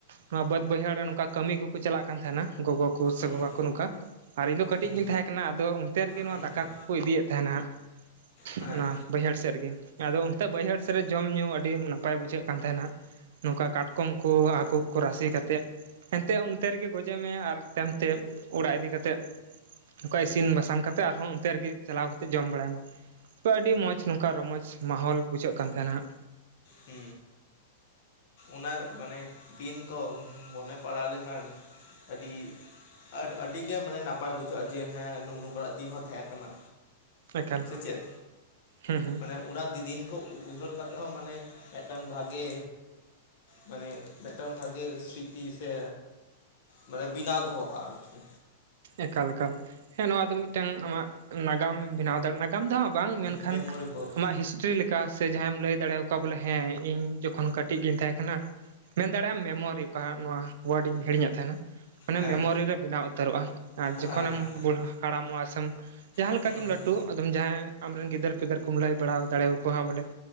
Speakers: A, on the right; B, on the left.
A: ᱱᱚᱣᱟ ᱵᱟᱹᱫᱽ ᱵᱟᱹᱭᱦᱟᱹᱲ ᱨᱮ ᱱᱚᱠᱟ ᱠᱟᱹᱢᱤ ᱠᱚᱠᱚ ᱪᱟᱞᱟᱜ ᱠᱟᱱ ᱛᱟᱦᱮᱱᱟ ᱜᱚᱜᱚ ᱠᱚ ᱥᱮ
B: ᱦᱩᱸ
A: ᱵᱟᱵᱟ ᱠᱚ ᱱᱚᱠᱟ ᱟᱨ ᱤᱧ ᱫᱚ ᱠᱟᱹᱴᱤᱡ
B: ᱦᱩᱸ
A: ᱜᱤᱧ ᱛᱟᱦᱮᱸ ᱠᱟᱱᱟ ᱟᱫᱚ ᱚᱱᱛᱮ ᱨᱮᱜᱮ ᱱᱚᱣᱟ
B: ᱦᱩᱸ
A: ᱫᱟᱠᱟ
B: ᱦᱩᱸ
A: ᱠᱚᱠᱚ ᱤᱫᱤᱭᱮᱫ ᱛᱟᱦᱮ ᱱᱟᱜ
B: ᱦᱮᱸ
A: ᱚᱱᱟ ᱵᱟᱹᱭᱦᱟᱹᱲ ᱥᱮᱫ ᱨᱮᱜᱤ ᱟᱫᱚ ᱚᱱᱛᱮ ᱵᱟᱹᱭᱦᱟᱹᱲ ᱥᱮᱫ ᱨᱮ ᱡᱚᱢ ᱧᱩ ᱟᱹᱰᱤ ᱱᱟᱯᱟᱭ ᱵᱩᱡᱷᱟᱹᱜ ᱠᱟᱱ ᱛᱟᱦᱮ ᱱᱟ ᱱᱚᱠᱟ ᱠᱟᱴᱠᱚᱢ ᱠᱚ ᱦᱟᱹᱠᱩ ᱠᱚ ᱨᱟᱥᱮ ᱠᱟᱛᱮᱜ ᱮᱱᱛᱮᱜ ᱚᱱᱛᱮ ᱨᱮᱜᱮ ᱜᱚᱡᱮ ᱢᱮ ᱟᱨ ᱛᱮᱭᱚᱢ ᱛᱮ ᱚᱲᱟᱜ ᱤᱫᱤ ᱠᱟᱛᱮᱜ ᱱᱚᱠᱟ ᱤᱥᱤᱱ ᱵᱟᱥᱟᱝ ᱠᱟᱛᱮᱜ ᱟᱨᱦᱚᱸ ᱚᱱᱛᱮ ᱨᱮᱜᱤ ᱪᱟᱞᱟᱣ ᱠᱟᱛᱮ ᱡᱚᱢ ᱵᱟᱲᱟᱭ ᱢᱮ ᱛ ᱟᱹᱰᱤ ᱢᱚᱸᱪ ᱱᱚᱝ ᱠᱟ ᱨᱚᱢᱚᱡᱪ ᱢᱟᱦᱚᱞ ᱵᱩᱡᱷᱟᱹᱜ ᱠᱟᱱ ᱛᱟᱦᱮ ᱱᱟ ᱦᱟᱜ
B: ᱦᱩ ᱩᱱᱟ ᱢᱟᱱᱮ ᱫᱤᱱ ᱠᱚ ᱢᱚᱱᱮ ᱯᱟᱲᱟᱣ ᱞᱮᱠᱷᱟᱱ ᱟᱹᱰᱤ ᱟᱹᱰ ᱟᱹᱰᱤᱜᱮ ᱢᱟᱱᱮ ᱱᱟᱯᱟᱭ ᱵᱩᱡᱷᱟᱹᱜᱼᱟ ᱡᱮ ᱦᱮᱸ ᱱᱚᱜ-ᱚ ᱱᱚᱝᱠᱟᱱᱟᱜ ᱫᱤᱱ ᱦᱚᱸ ᱛᱮᱦᱮᱸ ᱠᱟᱱᱟ
A: ᱮᱠᱟᱞ
B: ᱥᱮ ᱪᱮᱫ
A: ᱦᱩᱸ ᱦᱩᱸ
B: ᱢᱟᱱᱮ ᱚᱱᱟ ᱫᱤᱱ ᱠᱚ ᱩᱭᱦᱟᱹᱨ ᱠᱟᱛᱮᱜ ᱦᱚᱸ ᱢᱟᱱᱮ ᱢᱤᱫᱴᱟᱝ ᱵᱷᱟᱜᱮ ᱢᱟᱱᱮ ᱢᱤᱴᱟᱝ ᱵᱷᱟᱜᱮ ᱥᱨᱤᱛᱤ ᱥᱮ ᱢᱟᱱᱮ ᱵᱤᱱᱟᱣ ᱫᱚᱦᱚᱜᱼᱟ ᱟᱨᱠᱤ
A: ᱮᱠᱟᱞ ᱮᱠᱟᱞ ᱦᱮᱸ ᱱᱚᱣᱟ ᱫᱚ ᱢᱤᱫᱴᱟᱝ ᱟᱢᱟᱜ ᱱᱟᱜᱟᱢ ᱮᱢ ᱵᱮᱱᱟᱣ ᱫᱟᱲᱮ ᱱᱟᱜ ᱠᱟᱢ ᱫᱚ ᱦᱟᱸᱜ ᱵᱟᱝ ᱢᱮᱱᱠᱷᱟᱱ
B: ᱢᱮᱢᱳᱨᱮᱵᱚᱞ
A: ᱟᱢᱟᱜ ᱦᱤᱥᱴᱨᱤ ᱞᱮᱠᱟ ᱠᱟᱥ ᱥᱮ ᱡᱟᱦᱟᱸᱭᱮᱢ ᱞᱟᱹᱭ ᱫᱟᱲᱮ ᱚᱠᱟ ᱵᱚᱞᱮ ᱦᱮᱸ, ᱤᱧ ᱡᱚᱠᱷᱚᱱ ᱠᱟᱹᱴᱤᱡ ᱜᱤᱧ ᱛᱟᱦᱮᱸ ᱠᱟᱱᱟ ᱢᱮᱱ ᱫᱟᱲᱮ ᱟᱢ ᱢᱮᱢᱚᱨᱤ ᱚᱠᱟ ᱦᱟᱸᱜ ᱱᱚᱣᱟ ᱳᱣᱟᱨᱰ ᱤᱧ ᱦᱤᱲᱤᱧ ᱮᱫ ᱛᱮᱦᱮᱱᱟ, ᱚᱱᱮ
B: ᱦᱮᱸ
A: ᱢᱮᱢᱳᱨᱤ ᱨᱮ ᱵᱮᱱᱟᱣ ᱩᱛᱟᱹᱨᱚᱜᱼᱟ ᱾ ᱟᱨ
B: ᱦᱮᱸ
A: ᱡᱚᱠᱷᱚᱱᱮᱢ
B: ᱦᱮᱸ
A: ᱵᱩᱨᱟ ᱦᱟᱲᱟᱢᱚᱜᱼᱟ ᱥᱮᱢ ᱡᱟᱦᱟᱸ
B: ᱦᱮᱸ
A: ᱞᱮᱠᱟ ᱜᱮᱢ ᱞᱟᱹᱴᱩ
B: ᱦᱮᱸ
A: ᱟᱫᱚᱢ ᱡᱟᱦᱟᱸ ᱮ ᱾ ᱟᱢ ᱨᱮᱱ ᱜᱤᱫᱟᱹᱨ ᱯᱤᱫᱟᱹᱨ ᱠᱚ ᱞᱟᱹᱭ ᱵᱟᱲᱟ ᱫᱟᱲᱮᱭᱟ ᱠᱚᱣᱟ ᱦᱟᱸᱜ ᱵᱚᱞᱮ ᱾